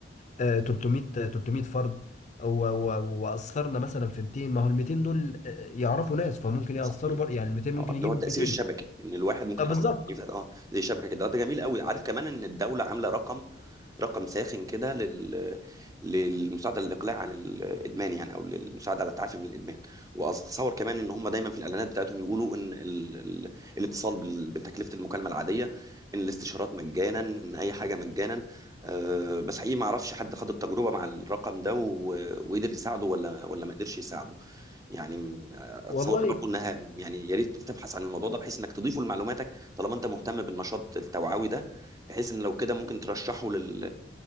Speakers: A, on the left; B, on the right.
A: آه، 300 آه، 300 فرد و- و- وأثرنا مثلا في 200 ما هو ال 200 دول آه، يعرفوا ناس فممكن يأثروا
B: صحيح
A: بر...
B: صحيح.
A: يعني ال 200
B: اه
A: ممكن يجيب
B: اللي هو التأثير
A: 200
B: الشبكي ان الواحد ممكن
A: آه، بالظبط
B: يأثر في التأثير ده، اه زي شبكة كده ده جميل قوي عارف كمان ان الدولة عاملة رقم رقم ساخن كده لل... للمساعده للاقلاع عن الادمان يعني او للمساعده على التعافي من الادمان واتصور كمان ان هم دايما في الاعلانات بتاعتهم يقولوا ان ال... ال... الاتصال بال... بتكلفه المكالمه العاديه ان الاستشارات مجانا ان اي حاجه مجانا أه بس حقيقي ما اعرفش حد خد التجربه مع الرقم ده و... وقدر يساعده ولا ولا ما قدرش يساعده يعني م- اتصور
A: والله
B: برضو انها يعني يا ريت تبحث عن الموضوع ده بحيث انك تضيفه لمعلوماتك طالما انت مهتم بالنشاط التوعوي ده بحيث ان لو كده ممكن ترشحه لل...